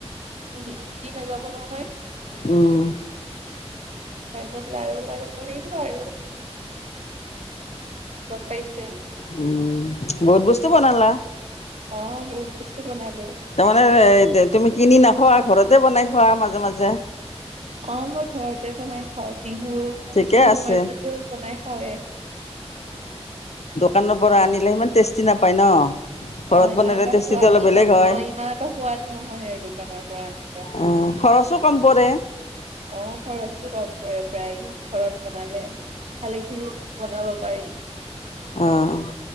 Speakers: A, on the right (about 75°); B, on the left (about 75°).
A: মিলি মিলি নাযাব নহয়,
B: উম
A: তাৰপিছত লাৰু লাৰু কৰিলো আৰু গম পাইছে।
B: উম, বহুত বস্তু বনালা।
A: অঁ, বহুত বস্তু বনালো
B: তাৰমানে তুমি কিনি নোখোৱা, ঘৰতে বনাই খোৱা মাজে মাজে।
A: অঁ মই ঘৰতে বনাই খাওঁ। বিহুৰ-বিহুৰ
B: ঠিকে আছে
A: সময়তটোতো বনাই খাওৱেই।
B: কানৰ পৰা আনিলে ইমান টেষ্টি নাপায় ন। ঘৰত
A: অঁ ইমান
B: বনালে
A: এটা
B: টেষ্টিটো
A: সোৱাদ
B: অলপ বেলেগ
A: ইমান
B: হয়
A: অ ইমান এটা সোৱাদ নহয় আৰু দোকানৰ পৰা আনিলে।
B: অ' খৰচো কম পৰে।
A: অঁ খৰচো কম পৰে প্ৰায় ঘৰত বনালে। ভালে খিনি বনাব পাই
B: অঁ।